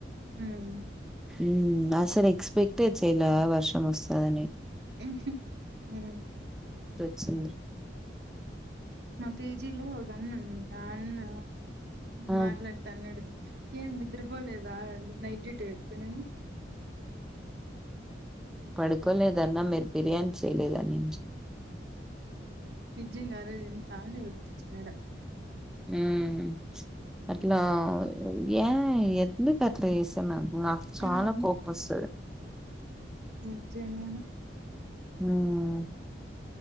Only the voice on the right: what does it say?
ఉమ్
ఊహుం ఊ
మా పీజీలో ఒక అన్న ఉన్నాడు అన్న
మాట్లాడుతా అన్నాడు ఏం నిద్ర పోలేదా నైట్ డ్యూటీ వక్ నేను
నిజంగా అరోజు ఎంత ఆటా పట్టించినడో
ఆ
నిజంగానే